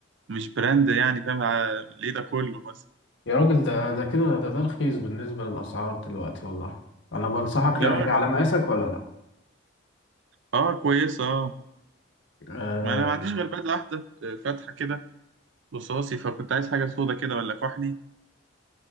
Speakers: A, on the right (about 65°); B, on the left (about 65°).
A: ومش براند يعني فاهم ع- ايه ده كله مثلا
B: يا راجل ده ده كده ده ده رخيص بالنسبة للأسعار دلوقتي والله انا بنصحك
A: يا
B: لو
A: راجل
B: هي على مقاسك ولا لا
A: اه كويسه اه
B: آه
A: ما انا ما عنديش غير بدله واحده آه، فاتحه كده رصاصي فكنت عايز حاجه سودا كده ولا كحلي